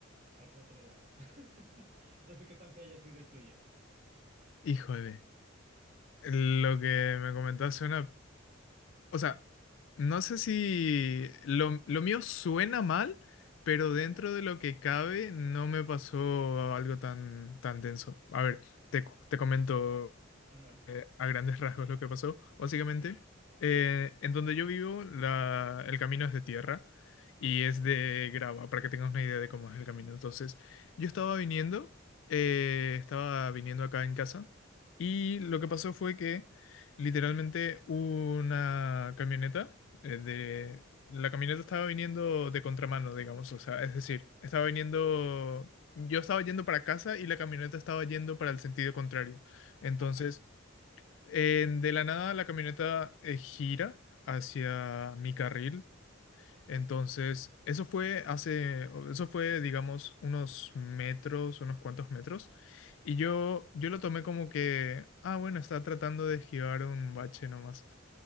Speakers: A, on the right; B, on the left.
A: hacia otro lado. <laughs> No sé qué tan feo haya sido el tuyo.
B: Híjole. Lo que me comentaste una... O sea, no sé si lo, lo mío suena mal, pero dentro
A: Ajá,
B: de lo que cabe no me pasó algo tan, tan denso. A ver, te, cu- te comento.
A: ajá,
B: eh, a grandes rasgos lo que pasó. Básicamente, eh, en donde yo vivo, la- el camino es de tierra y
A: ajá,
B: es de grava, para que tengas una idea de cómo es el camino. Entonces, yo estaba
A: sí, sí,
B: viniendo,
A: sí,
B: eh, estaba viniendo acá en casa y lo que pasó fue que literalmente una camioneta eh, de...
A: ajá,
B: La camioneta estaba viniendo de contramano, digamos, o sea, es decir, estaba viniendo... Yo estaba yendo para casa y la camioneta estaba yendo para el sentido contrario. Entonces,
A: ajá,
B: en- de la nada la camioneta eh, gira hacia mi carril. Entonces, eso fue hace, o- eso fue, digamos, unos metros, unos cuantos metros. Y yo,
A: ajá.
B: yo lo tomé como que, ah, bueno, está tratando de esquivar un bache nomás.